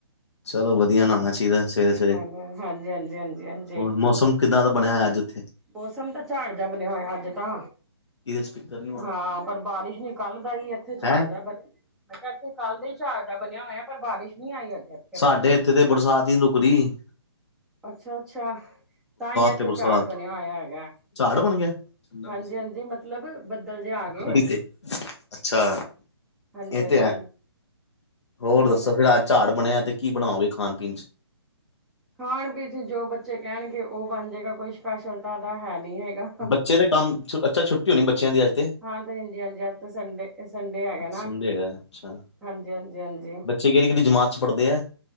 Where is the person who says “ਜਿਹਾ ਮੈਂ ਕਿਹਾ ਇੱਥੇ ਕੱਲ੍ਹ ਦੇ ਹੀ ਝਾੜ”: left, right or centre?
Centre